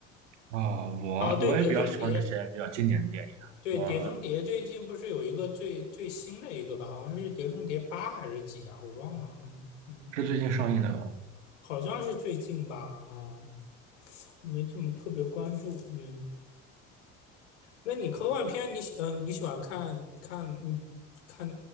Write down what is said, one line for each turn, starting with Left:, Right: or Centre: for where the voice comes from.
Right: 啊、我我也比较喜欢这些比较经典的电影啊。
Left: 啊，对，《碟中谍》，对，《碟中谍》最近不是有一个最最新的一个吧？
Right: 我
Left: 好像是《碟中谍八》还是几啊？我忘了，嗯嗯，
Right: 是最近上映的，吗？
Left: 好像是最近吧，啊，没怎么特别关注，嗯。那你科幻片你喜嗯、呃你喜欢看看嗯看